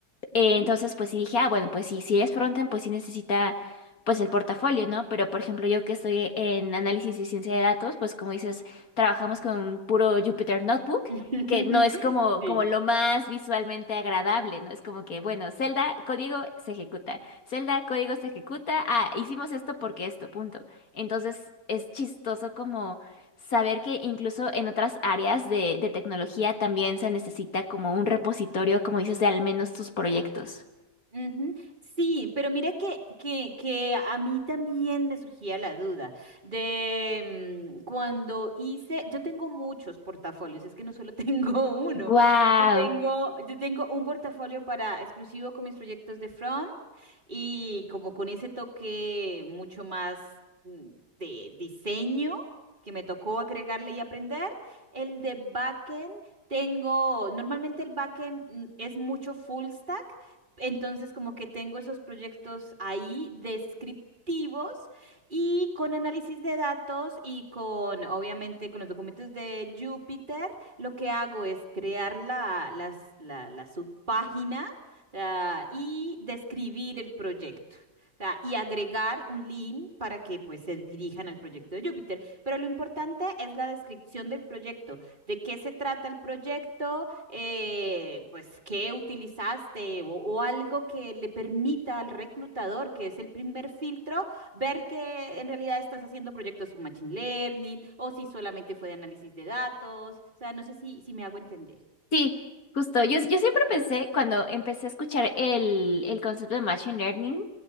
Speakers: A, on the right (about 30°); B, on the left (about 55°).
A: ujú,
B: eh,
A: ujú.
B: entonces, pues sí dije, ah, bueno, pues sí, si es frontend, pues sí necesita, pues el portafolio, ¿no? Pero, por ejemplo, yo que estoy en análisis y ciencia de datos, pues como dices, trabajamos con puro Jupyter Notebook,
A: <laughs>
B: que no es como,
A: Sí.
B: como lo más visualmente agradable, ¿no? Es como que, bueno, celda, código, se ejecuta. Celda, código, se ejecuta. Ah, hicimos esto porque esto, punto. Entonces, es chistoso como Saber que incluso en otras áreas de, de tecnología también se necesita como un repositorio, como dices, de al menos tus proyectos.
A: Ujú. Sí, pero mira que, que, que a mí también me surgía la duda de mm, cuando hice, yo tengo muchos portafolios, es que no solo <laughs> tengo uno,
B: ¡Guau!
A: yo tengo, yo tengo un portafolio para exclusivo con mis proyectos de front y como con ese toque mucho más mm, de diseño que me tocó agregarle y aprender, el de backend. Tengo, normalmente el backend mm, es mucho full stack, entonces, como que tengo esos proyectos ahí descriptivos y con análisis de datos y con, obviamente, con los documentos de Jupyter, lo que hago es crear la, las- la- la subpágina, o sea, y describir el proyecto. O sea, y agregar un link para que pues se dirijan al proyecto de Jupyter. Pero lo importante es la descripción del proyecto, de qué se trata el proyecto, eh, pues, qué utilizaste o, o algo que le permita al reclutador, que es el primer filtro, ver que en realidad estás haciendo proyectos con Machine Learning o si solamente fue de análisis de datos. O sea, no sé si, si me hago entender.
B: Sí, justo. Yo, yo siempre pensé, cuando empecé a escuchar el, el concepto de Machine Learning,